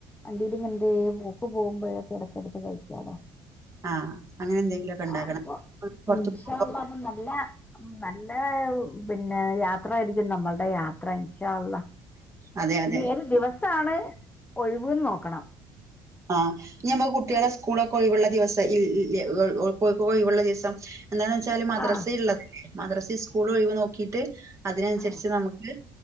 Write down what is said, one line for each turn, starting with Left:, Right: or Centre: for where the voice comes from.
Left: <unintelligible> പോകുമ്പഴൊക്കെ എടക്കെടുത്ത് കഴിക്കാലോ
Right: ആഹ് അങ്ങനെ എന്തെങ്കിലുമൊക്കെ ഉണ്ടാക്കണം
Left: ആപ്പൊ
Right: പുറത്ത്
Left: ഇൻഷാള്ളാ
Right: പോകുമ്പോഴൊക്കെ
Left: <unintelligible> നല്ല നല്ല പിന്നെ യാത്രായിരിക്കും നമ്മളുടെ യാത്ര ഇൻഷാള്ളാ
Right: അതെ അതെ
Left: ഇനി ഏത് ദിവസാണ് ഒഴിവ്ന്ന് നോക്കണം
Right: ആഹ് ഇനി ഞമ്മക്ക് കുട്ട്യേളെ സ്കൂളൊക്കെ ഒഴിവുള്ള ദിവസം ഇൽ ഇല്ലേ ഒ <unintelligible> ഒഴിവുള്ള ദിവസം എന്താന്ന് വെച്ചാല് മദ്രസ
Left: ആഹ്
Right: ഉള്ളത് മദ്രസ സ്കൂളും ഒഴിവ് നോക്കിട്ട് അതിനനുസരിച്ച്
Left: ആഹ്
Right: നമുക്ക്